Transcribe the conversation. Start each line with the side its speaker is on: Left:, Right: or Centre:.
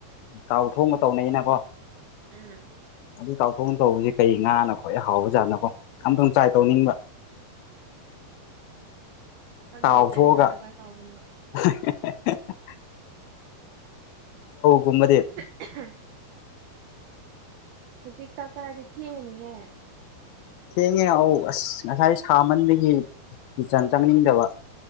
Left: ꯇꯥꯎꯊꯣꯡ ꯇꯧꯅꯩꯅꯀꯣ
Right: ꯎꯝ
Left: ꯑꯗꯨ ꯇꯥꯎꯊꯣꯛꯅ ꯇꯧꯕꯁꯤ ꯀꯩ ꯉꯥꯅ ꯈꯋꯥꯏ ꯍꯥꯎꯕ ꯖꯥꯠꯅꯣꯀꯣ ꯑꯝꯇꯪ ꯇ꯭ꯔꯥꯏ ꯇꯧꯅꯤꯡꯕ
Right: ꯈꯪꯗꯦ
Left: ꯇꯥꯎꯊꯣꯛꯑꯒ
Right: ꯀꯔꯤ ꯉꯥꯅ ꯈ꯭ꯋꯥꯏ ꯍꯥꯎꯕꯅꯣ
Left: <unintelligible> ꯔꯧꯒꯨꯝꯕꯗꯤ
Right: <unintelligible> ꯍꯧꯖꯤꯛ ꯆꯥꯛ ꯆꯥꯔꯗꯤ ꯊꯦꯡꯉꯅꯤꯍꯦ
Left: ꯊꯦꯡꯉꯦ ꯑꯧ ꯑꯁ ꯉꯁꯥꯏ ꯁꯥꯃꯟꯗꯒꯤ ꯀꯤꯆꯟ ꯆꯪꯅꯤꯡꯗꯕ